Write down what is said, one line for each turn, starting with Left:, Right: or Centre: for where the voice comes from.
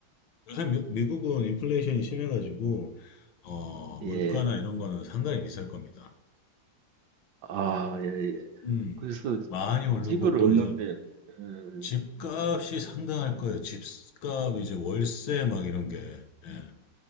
Left: 요새 미- 미국은 인플레이션이 심해가지고, 어, 물가나
Right: 예.
Left: 이런 거는 상당히 비쌀 겁니다.
Right: 아, 예, 예.
Left: 음,
Right: 그래서
Left: 많이 오르고
Right: 집을
Left: 또
Right: 얻는데,
Left: 이제
Right: 음,
Left: 집값이 상당할 거예요. 집값, 이제 월세 막 이런 게, 예,